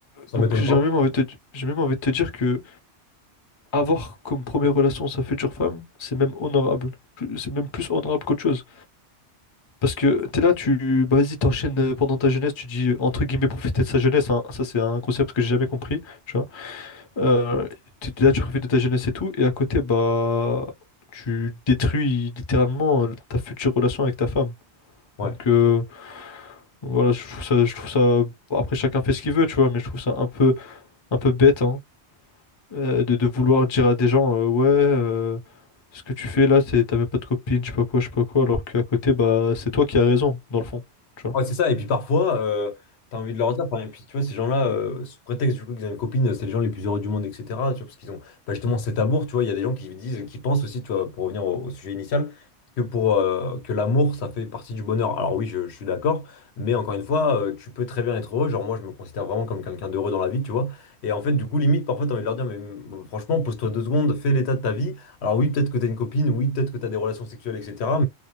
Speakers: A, on the left; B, on the left.
A: ça
B: donc
A: m'étonne
B: j'ai
A: pas.
B: même envie de te, j'ai même envie de te dire que avoir comme première relation sa future femme, c'est même honorable. Plus- C'est même plus honorable qu'autre chose. Parce que t'es là, tu, bah, vas-y, t'enchaînes euh, pendant ta jeunesse, tu dis, euh, entre guillemets, profiter de sa jeunesse, hein. Ça, c'est un concept que j'ai jamais compris, tu vois. Euh, tu- là, tu profites de ta jeunesse et tout, et à côté, bah, tu détruis littéralement euh, ta future relation avec ta femme.
A: Ouais.
B: Donc euh, voilà, je trouve ça, je trouve ça. Après, chacun fait ce qu'il veut, tu vois, mais je trouve ça un peu, un peu bête, hein, euh, de, de vouloir dire à des gens, euh, ouais, euh, ce que tu fais là, c'est t'as même pas de copine, je sais pas quoi, je sais pas quoi, alors qu'à côté, bah, c'est toi qui as raison, dans le fond. tu vois.
A: Ouais, c'est ça. Et puis parfois, euh, t'as envie de leur dire. enfin, et puis tu vois, ces gens-là, euh, sous prétexte du coup qu'ils ont une copine, c'est les gens les plus heureux du monde, etc. Tu vois, parce qu'ils ont bah, justement cet amour. Tu vois, il y a des gens qui disent, qui pensent aussi, tu vois, pour revenir au, au sujet initial, que pour euh, que l'amour, ça fait partie du bonheur. Alors oui, je, je suis d'accord. Mais encore une fois, euh, tu peux très bien être heureux. Genre moi, je me considère vraiment comme quelqu'un d'heureux dans la vie, tu vois. Et en fait, du coup, limite, parfois, t'as envie de leur dire, mais mm, franchement, pose-toi deux secondes, fais l'état de ta vie. Alors oui, peut-être que t'as une copine, oui, peut-être que t'as des relations sexuelles, etc.